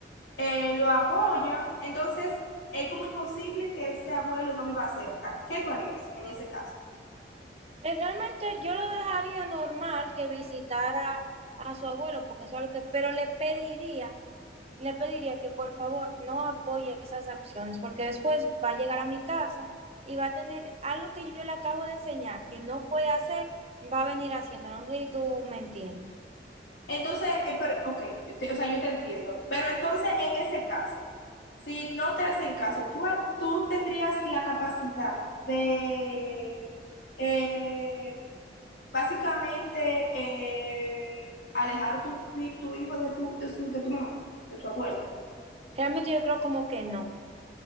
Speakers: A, on the left; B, on the right.
A: eh, lo apoyan, entonces es como imposible que ese abuelo no viva cerca. ¿Qué tú harías en ese caso?
B: eh, realmente yo lo dejaría normal que visitara a su abuelo, porque eso es lo que, pero le pediría, le pediría que por favor no apoye esas acciones, porque después va a llegar a mi casa y va a tener algo que yo le acabo de enseñar, que no puede hacer, va a venir haciendo, no sé si tú me entiendes.
A: Entonces, eh, pero, ok, yo te- o sea, yo te entiendo. Pero entonces, en ese caso, si no te hacen caso, tú, ha- tú tendrías la capacidad de, eh, básicamente, eh, alejar tu, fi- tu hijo de tu, de su, de tu mamá, de su abuela.
B: Realmente yo creo como que no,